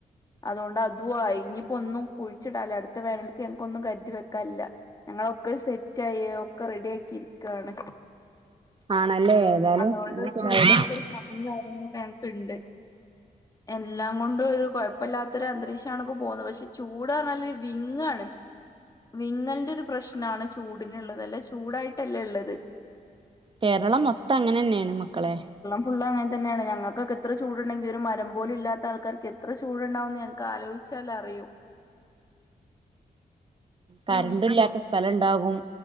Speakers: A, on the left; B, on the right.
A: അതോണ്ട് അതു അയി ഇഞ്പ്പോ ഒന്നും കുഴിച്ചിണ്ടാല്ല അട്ത്ത വേനൽക്ക് കൊന്നും കര്തി വെക്കാല്ല ഞങ്ങളൊക്കെ സെറ്റ് ആയി ഒക്കെ റെഡി ആക്കി ഇരിക്കാണ്
B: ആണല്ലേ ഏതായാലും
A: അതോണ്ട്
B: നല്ല സുഖായല്ലോ
A: ചൂട്നൊക്കെ ഒരു ഭംഗി കാര്യങ്ങളൊക്കെ ഞമ്മക്ക്ണ്ട് എല്ലാം കൊണ്ടും ഒരു കൊഴപ്പല്ലാത്ത ഒരു അന്തരീഷാണ് ഇപ്പോ പോവുന്ന് പക്ഷെ ചൂട് അറഞ്ഞാല് വിങ്ങാണ് വിങ്ങല്ന്റെ ഒരു പ്രശ്നാണ് ചൂടന്ള്ളത് അല്ലചൂടായിട്ടല്ലേ ഇള്ളത്
B: കേരളം മൊത്തം അങ്ങനെന്നേണ് മക്കളെ
A: ഫുള്ള അങ്ങൻതന്നെണ് ഞങ്ങൾക്കെക്ക എത്ര ചൂട്ണ്ടെങ്കിലും മരം പോലും ഇല്ലാത്ത ആൾക്കാർക്ക് എത്ര ചൂട്ണ്ടാവും ഞ ക്ക ആലോയിച്ചാൽ അറിയും
B: കരണ്ട്
A: നിങ്ങ
B: ഇല്ലാത്ത സ്ഥലണ്ടാകും